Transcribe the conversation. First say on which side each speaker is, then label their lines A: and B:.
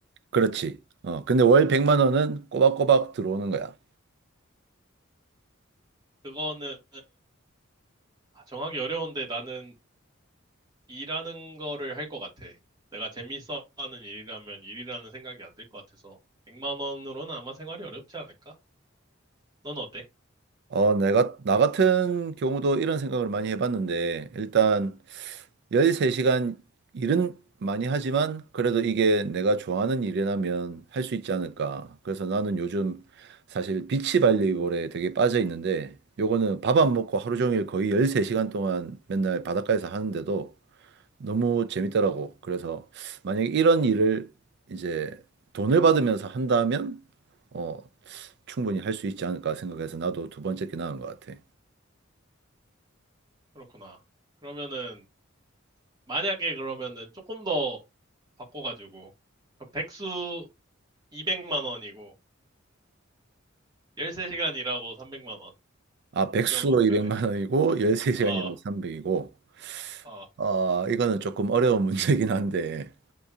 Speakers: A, on the right (about 55°); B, on the right (about 20°).
A: 그렇지. 어, 근데 월 100만 원은 꼬박꼬박 들어오는 거야.
B: 그거는 아, 정하기 어려운데 나는 일하는 거를 할 것 같아. 내가 재밌어 하는 일이라면 일이라는 생각이 안 들 것 같아서 백만 원으로는 아마 생활이 어렵지 않을까? 넌 어때?
A: 어, 내가, 나 같은 경우도 이런 생각을 많이 해봤는데, 일단 13시간 일은 많이 하지만 그래도 이게 내가 좋아하는 일이라면 할 수 있지 않을까. 그래서 나는 요즘 사실 비치 발리볼에 되게 빠져 있는데 요거는 밥 안 먹고 하루 종일 거의 13시간 동안 맨날 바닷가에서 하는데도 너무 재밌더라고. 그래서 만약에 이런 일을 이제 돈을 받으면서 한다면 어, 충분히 할 수 있지 않을까 생각해서 나도 두 번째 게 나은 것 같아.
B: 그렇구나. 그러면은 만약에 그러면은 조금 더 바꿔가지고 그럼 백수 200만 원이고 13시간 일하고 300만 원.
A: 아, 백수로
B: 그러면 어떡할래?
A: 200만 원이고 13시간이라고
B: 어,
A: 300이고
B: 아,
A: 아, 이거는 조금 어려운 <laughs> 문제긴 한데,